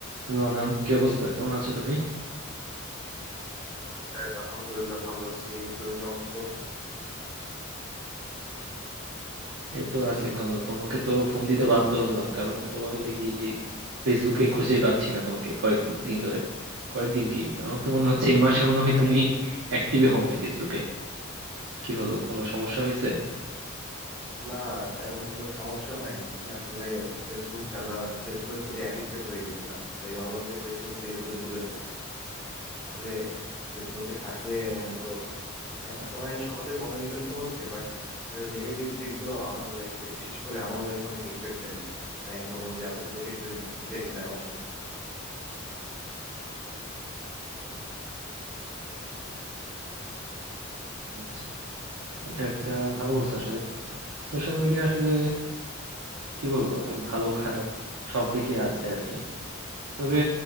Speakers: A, on the right; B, in the centre.
A: Hello Anam কি অবস্থা কেমন আছো তুমি
B: Sir, আলহামদুলিল্লাহ ভালো আছি তুমি কেমন আছো
A: এই তো আছি ভালো তোমাকে তো ফোন দিতে বাধ্য হলাম কারণ তোমার দেখি ফেসবুকে খুঁজেই পাচ্ছি না তোমাকে কয়েক দিন ধরে কয়েকদিন কি আমার তো মনে হচ্ছে এই মাসে মনে হয় তুমি অ্যাক্টিভই হও না ফেসবুকে কি হলো কোনো সমস্যা হয়েছে
B: না তেমন কোনো সমস্যা হয় না আমি আসলে ফেসবুক চালা ফেসবুকের প্রতি অ্যাডিক্টেড হয়ে গেছিলাম তাই ভাবলাম যে ফেসবুক থেকে একটু দূরে থাকি আসলে ফেসবুকে থাকলে মনে করো আহ, এক
A: আহ,
B: তো হয় সহজে কমিউনিকেশন হচ্ছে বাট নেগেটিভ দিকগুলো আমার লাইফে বিশেষ করে আমার লাইফে অনেক ইম্প্যাক্ট ফেলছে তাই আমি ভাবলাম যে আপাতত কিছুদিন ব্রেক নেওয়া উচিত
A: আচ্ছা এটা একটা ভালো বলছো আসলে সোশ্যাল মিডিয়া আসলে কি বলবো আমি ভালো খারাপ সব দিকে আছে আর কি তবে